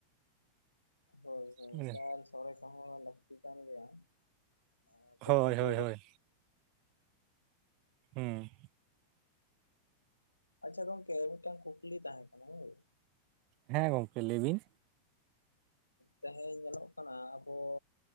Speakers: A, on the left; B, on the right.
A: ᱦᱳᱭ
B: ᱦᱚᱸ
A: ᱦᱳᱭ ᱮᱠᱟᱞ ᱥᱳᱲᱮ ᱠᱚ ᱦᱚᱸ ᱞᱟᱹᱠᱛᱤ ᱠᱟᱱ ᱜᱮᱭᱟ᱾ ᱟᱨ
B: ᱦᱳᱭ
A: ᱡᱚᱢ ᱵᱤᱰᱟᱹᱣ
B: ᱦᱳᱭ ᱦᱳᱭᱸ
A: ᱨᱮ᱾
B: ᱦᱩᱸ
A: ᱟᱪᱪᱷᱟ ᱜᱚᱢᱠᱮ ᱢᱤᱫᱴᱟᱝ ᱠᱩᱠᱞᱤ ᱛᱟᱦᱮᱸ ᱠᱟᱱᱟ ᱦᱳᱭ᱾
B: ᱦᱮᱸ ᱜᱚᱝᱠᱮ ᱞᱟᱹᱭ ᱵᱤᱱ᱾
A: ᱛᱮᱦᱮᱧ ᱧᱮᱞᱚᱜ ᱠᱟᱱᱟ ᱟᱵᱚᱼᱼᱼ